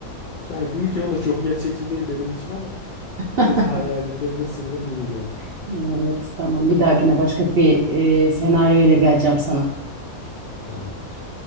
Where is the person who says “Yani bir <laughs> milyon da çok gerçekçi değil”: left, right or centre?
Left